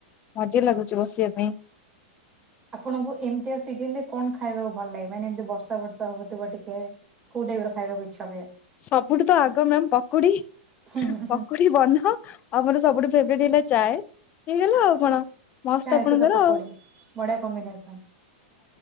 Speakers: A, on the left (about 30°); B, on the right (about 20°).
A: ମଜା ଲାଗୁଚି ବସିବା ପାଇଁ।
B: ଆପଣଙ୍କୁ ଏମିତିଆ ସିଜନରେ କଣ ଖାଇବାକୁ ଭଲ ଲାଗେ? ମାନେ ଏମିତି ବର୍ଷା ବର୍ଷା ହଉଥିବ ଟିକେ। କୋଉ ଟାଇପର ଖାଇବାକୁ ଇଚ୍ଛା ହୁଏ?
A: ସବୁଠୁ ତ ଆଗ ମ୍ୟାାମ ପକୁଡି।
B: ହୁଁ ହୁଁ
A: ପକୁଡି
B: ହୁଁ
A: ବନ। ଆଉ ମୋର ସବୁଠୁ ଫେବରାଇଟ ହେଲା ଚାଏ ହେଇଗଲା ଆଉ କଣ। ମସ୍ତ
B: ଚାହା
A: ଆପଣଙ୍କର
B: ସହିତ ପକୋଡି
A: ଆଉ।
B: ବଢିଆ କମ୍ବିନେସନ।